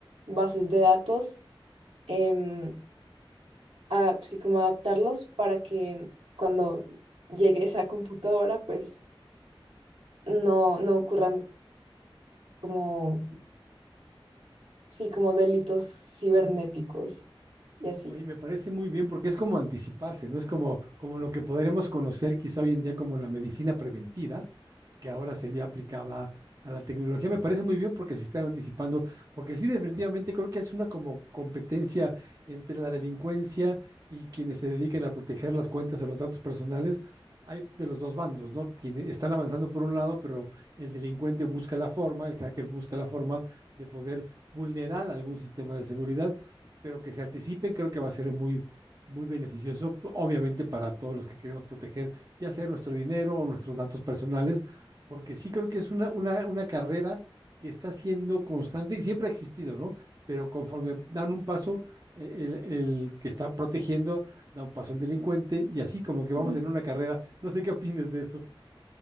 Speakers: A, on the right; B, on the right.
A: bases de datos, em, a- sí, como adaptarlos para que cuando llegue esa computadora, pues no, no ocurran como Sí, como delitos cibernéticos y así.
B: Oye, me parece muy bien porque es como anticiparse, ¿no? Es como, como lo que podríamos conocer quizá hoy en día como la medicina preventiva, que ahora sería aplicada a la tecnología. Me parece muy bien porque se están anticipando, porque sí, definitivamente creo que es una como competencia entre la delincuencia y quienes se dedican a proteger las cuentas o los datos personales. Hay de los dos bandos, ¿no? Quienes están avanzando por un lado, pero el delincuente busca la forma, el hacker busca la forma de poder vulnerar algún sistema de seguridad pero que se anticipen creo que va a ser muy, muy beneficioso, p- obviamente para todos los que queremos proteger, ya sea nuestro dinero o nuestros datos personales, porque sí creo que es una, una, una carrera que está siendo constante y siempre ha existido, ¿no? Pero conforme dan un paso, eh, el, el que está protegiendo da un paso el delincuente y así como que vamos
A: Mm.
B: en una carrera. No sé qué opines de eso.